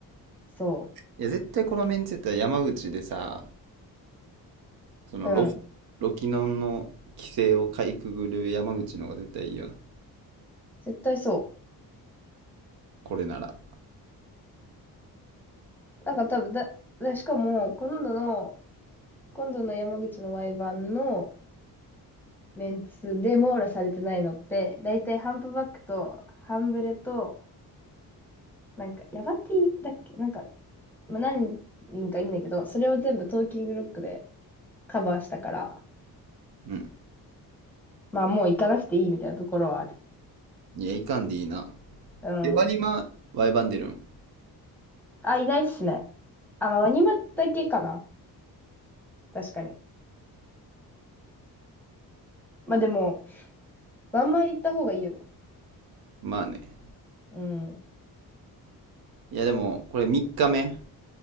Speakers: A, in the centre; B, on the right.
A: そ
B: いや、絶対このメンツやったら山口でさ、そのロ、
A: う。うん。
B: ロキノンの規制をかいくぐる山口の方が絶対いいよな。
A: 絶対そ
B: これなら。
A: う。なんか多分だ、だ、しかも、今度の、今度の山口の Y 版のメンツで網羅されてないのって、だいたいハンプバックと、ハンブレと、なんか、ヤバティだっけなんか、まあ、何人かいいんだけど、それを全部トーキングロックでカバーしたから、
B: うん。
A: まあもう行かなくていいみたいなところはある。
B: いや、いかんでいいな。
A: うん。
B: エバニマ、ワイバンデルン。
A: あ、いないっすね。あ、まあワニマだけかな。確かに。まあでも、ワンマン行った方がいいよね。
B: まあね。
A: うん。
B: いやでも、これ3日目。こ